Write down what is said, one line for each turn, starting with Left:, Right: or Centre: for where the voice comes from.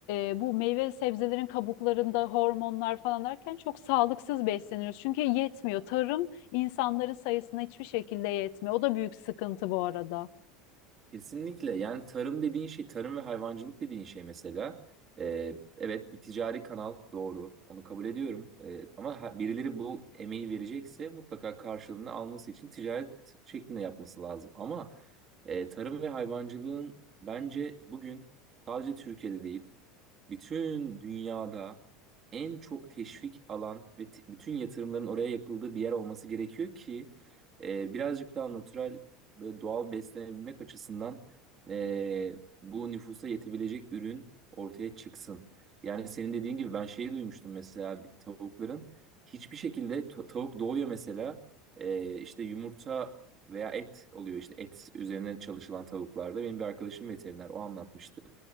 Left: e, bu meyve ve sebzelerin kabuklarında hormonlar falan derken çok sağlıksız besleniyoruz çünkü yetmiyor tarım insanların sayısına hiçbir şekilde yetmiyor o da büyük sıkıntı bu arada.
Right: Kesinlikle yani tarım dediğin şey tarım ve hayvancılık dediğin şey mesela e, evet bir ticari kanal doğru onu kabul ediyorum E, ama ha- birileri bu emeği verecekse mutlaka karşılığını alması için ticaret şeklinde yapması lazım ama e, tarım ve hayvancılığın bence bugün sadece Türkiye'de değil bütün dünyada en çok teşvik alan ve t- bütün yatırımların oraya yapıldığı bir yer olması gerekiyor ki e, birazcık daha natürel ve doğal beslenebilmek açısından e, bu nüfusa yetebilecek ürün ortaya çıksın. Yani senin dediğin gibi ben şeyi duymuştum mesela bir tavukların hiçbir şekilde ta- tavuk doğuyor mesela e, işte yumurta veya et oluyor işte et üzerine çalışılan tavuklarda. Benim bir arkadaşım veteriner o anlatmıştı.